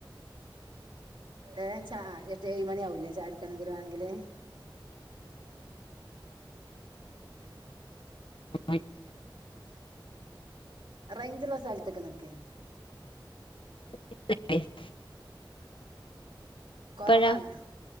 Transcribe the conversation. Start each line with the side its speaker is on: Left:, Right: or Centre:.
Right: ഏയ് ചാ എട്ട്ഏഴ മണി ആാവൂല്ലേ ചാ എടുക്കണെങ്കിലും ആണെങ്കില്
Left: <unintelligible>
Right: റേഞ്ചുള്ള സ്ഥലത്തേക്ക് നിക്ക്
Left: <unintelligible> ഇപ്പഴാ
Right: കൊറവാണ്.